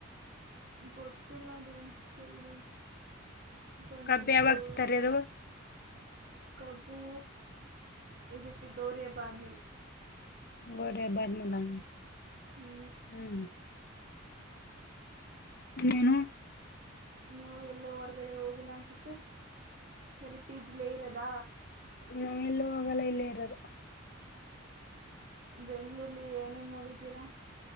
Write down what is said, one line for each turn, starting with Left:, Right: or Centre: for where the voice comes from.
Right: ಗೊತ್ತಿಲ್ಲ ಅದೇನ್ ಕೇಳಿಲ್ಲ ಬಂದಿರ್ಬೋದು
Left: ಕಬ್ ಯಾವಾಗ್ ತರೆದು
Right: ಕಬ್ಬು ಇದಕ್ಕೆ ಗೌರಿ ಹಬ್ಬ ಆದ್ಮೇಲೆ
Left: ಗೌರಿ ಹಬ್ಬ ಆದ್ಮೇಲ,
Right: ಹ್ಞೂ
Left: ಹ್ಮ್ ಇನ್ನೇನು
Right: ನೀವು ಎಲ್ಲೂ ಹೊರ್ಗಡೆ ಹೋಗಿಲ್ಲ ಅನ್ಸುತ್ತೆ ಬರಿ ಪಿಜಿ ಲೆ ಇರೋದ
Left: ನಾವೆಲ್ಲು ಹೋಗಲ್ಲ ಇಲ್ಲೇ ಇರೊದು
Right: ಬೆಂಗಳೂರ್ಲಿ ಏನೇನ್ ನೋಡಿದ್ದೀರಾ